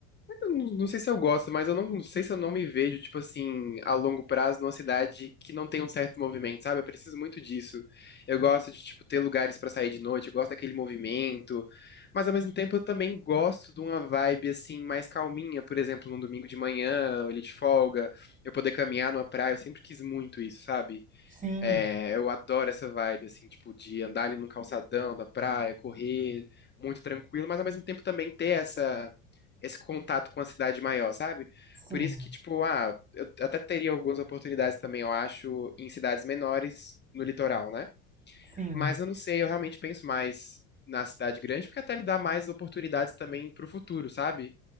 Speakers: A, on the left; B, on the right.
A: Eu Não não sei se eu gosto, mas eu não sei se eu não me vejo, tipo assim, a longo prazo numa cidade que não tem um certo movimento, sabe? Eu preciso muito disso. Eu gosto de, tipo, ter lugares pra sair de noite, eu gosto daquele movimento, mas ao mesmo tempo eu também gosto de uma vibe, assim, mais calminha, por exemplo, num domingo de manhã, ali de folga, eu poder caminhar numa praia, eu sempre quis muito isso, sabe?
B: Sim,
A: É, eu adoro essa vibe, assim, tipo, de andar ali no calçadão da praia, correr, muito tranquilo, mas ao mesmo tempo também ter essa, esse contato com a cidade maior, sabe?
B: sim,
A: Por isso que, tipo, ah, eu até teria algumas oportunidades também, eu acho, em cidades menores no litoral, né?
B: sim.
A: Mas eu não sei, eu realmente penso mais na cidade grande, porque até me dá mais oportunidades também pro futuro, sabe?